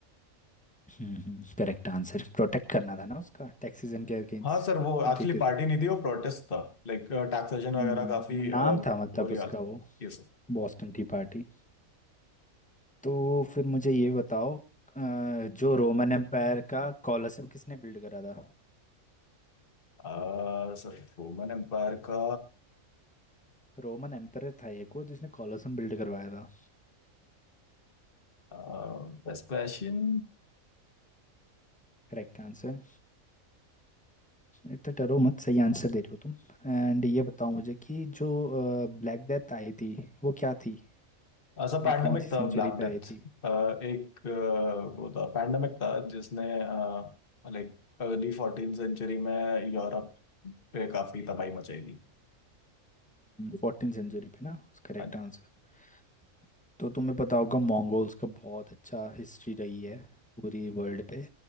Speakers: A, in the centre; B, on the left.
A: हम्म हम्म करेक्ट आंसर प्रोटेक्ट करना था ना उसका टैक्सेशन के अगेंस्ट
B: हाँ सर वो
A: ब्रिटिश
B: एक्चुअली पार्टी नहीं थी वो प्रोटेस्ट था लाइक टैक्सेशन वगैरह
A: हम्म
B: काफी
A: नाम
B: आ, बुरी
A: था मतलब उसका
B: हालत
A: वो
B: ये सर
A: बॉस्टन टी पार्टी तो फिर मुझे ये बताओ अ, जो रोमन एम्पायर का कॉलोसम किसने बिल्ड करा था
B: आ, सर रोमन एम्पायर का
A: रोमन एम्परर था एक वो जिसने कॉलोसम बिल्ड करवाया था
B: अह, वेस्पेशियन
A: Correct answer इतना डरो मत सही आंसर दे रहे हो तुम एंड ये बताओ मुझे कि जो ब्लैक डेथ आई थी वो क्या थी
B: ऐसा
A: और
B: पैंडमिक
A: कौन सी सेंचुरी
B: था ब्लैक
A: पे
B: डेथ
A: आई थी
B: एक अ, वो था पैंडमिक था जिसने लाइक अर्ली फोर्टीन सेंचुरी में यूरोप पे काफी तबाही मचाई थी
A: फोर्टीन सेंचुरी पे ना Correct
B: हाँ जी।
A: answer तो तुम्हें पता होगा मंगोल्स का बहुत अच्छा हिस्ट्री रही है पूरी वर्ल्ड पे